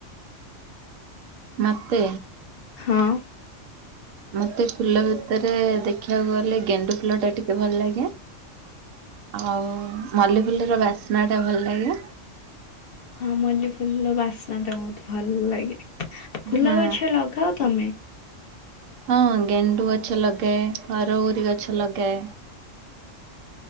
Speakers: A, on the right; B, on the left.
A: ମତେ।
B: ହଁ।
A: ମତେ ଫୁଲ ଭିତରେ ଦେଖିବାକୁ ଗଲେ ଗେଣ୍ଡୁ ଫୁଲ ଟା ଟିକେ ଭଲ ଲାଗେ। ଆଉ ମଲ୍ଲିଫୁଲର ବାସ୍ନା ଟା ଭଲ ଲାଗେ।
B: ହଁ ମଲ୍ଲି ଫୁଲ ବାସ୍ନା ଟା ବହୁତ ଭଲ ଲାଗେ ଫୁଲ
A: ହୁଁ।
B: ଗଛ ଲଗାଅ ତମେ।
A: ହଁ ଗେଣ୍ଡୁ ଗଛ ଲଗାଏ ହରଗୌରି ଗଛ ଲଗାଏ।